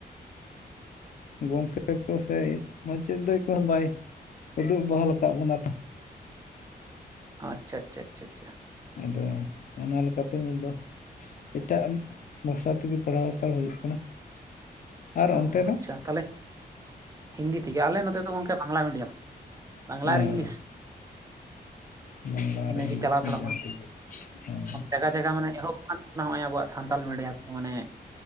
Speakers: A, on the left; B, on the right.
A: ᱜᱚᱝᱠᱮ ᱛᱟᱠᱚ ᱥᱮ ᱢᱟᱪᱮᱫ ᱫᱚ ᱮᱠᱷᱚᱱ ᱵᱟᱭ, ᱩᱫᱩᱜ ᱵᱟᱦᱟᱞ ᱠᱟᱜ ᱵᱚᱱᱟ ᱛᱚ᱾
B: ᱟᱪᱪᱷᱟ ᱟᱪᱪᱷᱟ ᱟᱪᱪᱷᱟ ᱟᱪᱪᱷᱟ᱾
A: ᱟᱫᱚ ᱚᱱᱟ ᱞᱮᱠᱟᱛᱮ ᱱᱤᱛ ᱫᱚ ᱮᱴᱟᱜ ᱵᱷᱟᱥᱟ ᱛᱮᱜᱮ ᱯᱟᱲᱦᱟᱣ ᱦᱟᱛᱟᱲ ᱦᱩᱭᱩᱜ ᱠᱟᱱᱟ᱾ ᱟᱨ
B: ᱚ
A: ᱚᱱᱛᱮ ᱫᱚ
B: ᱟᱪᱪᱷᱟ ᱛᱟᱦᱞᱮ, ᱦᱤᱱᱫᱤ ᱛᱮᱜᱮ ᱟᱞᱮ ᱱᱚᱛᱮ ᱫᱚ ᱜᱚᱝᱠᱮ ᱵᱟᱝᱞᱟ ᱢᱤᱰᱤᱭᱟᱢ᱾ ᱵᱟᱝᱞᱟ
A: ᱦᱮᱸ
B: ᱟᱨ ᱤᱝᱞᱤᱥ᱾
A: ᱵᱟᱝᱞᱟ
B: ᱤᱱᱟᱹ
A: ᱟᱨ ᱤᱝᱞᱤᱥ
B: ᱜᱮ ᱪᱟᱞᱟᱣ ᱦᱟᱛᱟᱲᱚᱜ
A: ᱢᱤᱰᱤᱭᱟᱢ
B: ᱠᱟᱱᱟ,
A: ᱛᱮᱜᱮ ᱦᱮᱸ
B: <inaudible> ᱡᱟᱭᱜᱟ ᱡᱟᱭᱜᱟ ᱢᱟᱱᱮ ᱮᱦᱚᱵ ᱠᱟᱱ, ᱱᱚᱜᱼᱚᱭ ᱟᱵᱚᱣᱟᱜ ᱥᱟᱱᱛᱟᱞ ᱢᱤᱰᱤᱭᱟ ᱠᱚ ᱢᱟᱱᱮ